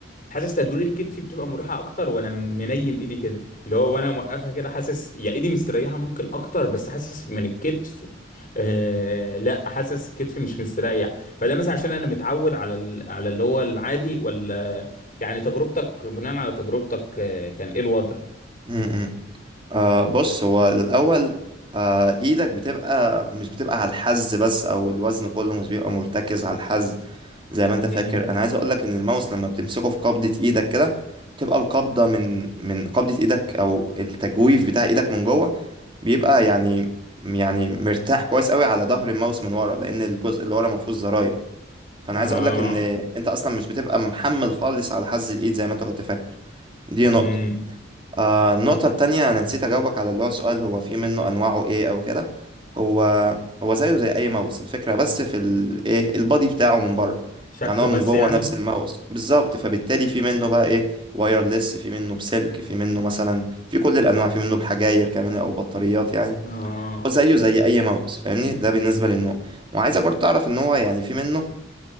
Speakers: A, on the left (about 40°); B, on the right (about 25°).
A: حاسس تدوير كتفي بتبقى مريحه اكتر وانا منيم ايدي كده اللي هو وانا موقفها كده حاسس يا ايدي مستريحه ممكن اكتر بس حاسس من الكتف آه لا حاسس كتفي مش مستريح فده مثلا عشان انا متعود على ال- على اللي هو العادي ولا يعني تجربتك بناء على تجربتك آه، كان ايه الوضع؟
B: م- م. آه بص هو الاول آه ايدك بتبقى مش بتبقى على الحز بس او الوزن كله مش بيبقى مرتكز على الحز زي ما انت
A: مم.
B: فاكر انا عايز اقول لك ان الماوس لما بتمسكه في قبضة ايدك كده بتبقى القبضة من من قبضة ايدك او التجويف بتاع ايدك من جوه بيبقى يعني يعني مرتاح كويس قوي على ظهر الماوس من ورا لان الجزء اللي ورا ما فيهوش زراير فانا
A: آه.
B: عايز اقول لك ان انت اصلا مش بتبقى محمل خالص على حز الايد زي ما انت كنت فاكر دي نقطة
A: مم.
B: آه النقطة التانية أنا نسيت أجاوبك على اللي هو سؤال هو في منه أنواعه إيه أو كده هو هو زيه زي أي ماوس الفكرة بس في ال إيه البادي بتاعه من بره
A: شكله
B: يعني هو من
A: بس
B: جوه
A: يعني؟
B: نفس الماوس بالظبط فبالتالي في منه بقى إيه وايرلس في منه بسلك في منه مثلا في كل الأنواع في منه بحجاير كمان أو بطاريات يعني
A: آه.
B: هو زيه زي أي ماوس فاهمني ده بالنسبة للنوع وعايزك برضه تعرف إن هو يعني في منه